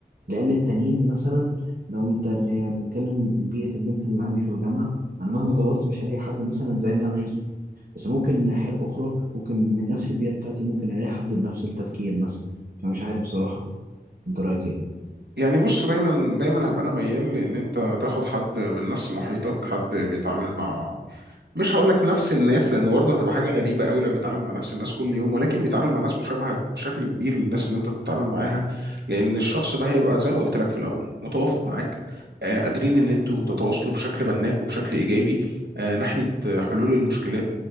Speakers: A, on the right; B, on the right.
A: لان التانيين مثلا لو انت اللي هي بنتكلم بيئه البنت اللي عندي في الجامعه انا مهما دورت مش هلاقي حد مثلا زي اللي انا عايزه بس ممكن الناحيه الاخرى ممكن من نفس البيئه بتاعتي ممكن الاقي حد بنفس التفكير مثلا فمش عارف بصراحه انت رايك ايه
B: يعني بص دايما دايما هبقى انا ميال لان انت تاخد حد من نفس محيطك حد بيتعامل مع مش هقول لك نفس الناس لان برضه هتبقى حاجه غريبه قوي لو بيتعامل مع نفس الناس كل يوم ولكن بيتعامل مع ناس مشابهه بشكل كبير للناس اللي انت بتتعامل معاها لان الشخص ده هيبقى زي ما قلت لك في الاول متوافق معاك آه، قادرين ان انتوا تتواصلوا بشكل بناء وبشكل ايجابي آه، ناحيه آه، حلول المشكلات